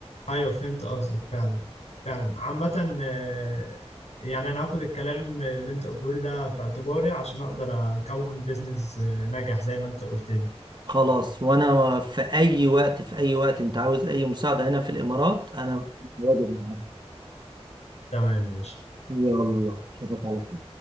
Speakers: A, on the left; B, on the right.
A: ايوه فهمت قصدك فعلا فعلا عامة آه، يعني انا هاخد الكلام اللي انت قلته لي ده في اعتباري عشان اقدر اكون بيزنس آه، ناجح زي ما انت قلت لي
B: خلاص وأنا في أي وقت في أي وقت أنت عاوز أي مساعدة هنا في الإمارات أنا واجب معاك
A: تمام ماشي
B: يلا أشوفك على خير